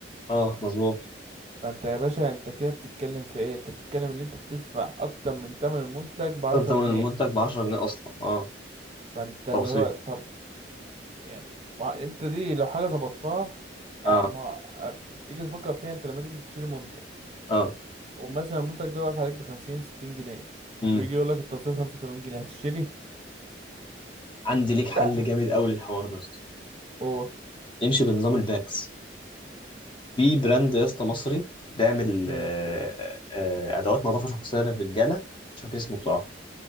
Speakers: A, on the left (about 30°); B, on the right (about 35°).
A: اه مظبوط
B: فانت يا باشا انت كده بتتكلم في ايه انت بتتكلم ان انت بتدفع اكتر من تمن المنتج بعشرة
A: تم تمن
B: جنيه
A: المنتج ب 10 جنيه اصلا اه
B: فانت اللي
A: توصيل
B: هو طب يعني ما انت دي لو حاجه ظبطتها آه،
A: اه
B: ما آه، تيجي تفكر فيها انت لما تيجي تشتري منتج
A: اه
B: ومثلا المنتج ده واقف عليك بخمسين ستين جنيه
A: امم
B: ويجي يقول لك التوصيل خمسة وتمانين جنيه هتشتري
A: عندي ليك حل
B: لا
A: جامد قوي للحوار ده يا اسطى
B: او
A: امشي بنظام الباكس في براند يا اسطى مصري بيعمل
B: امم
A: آه آه ادوات نظافه شخصيه للرجاله مش فاكر اسمه بصراحه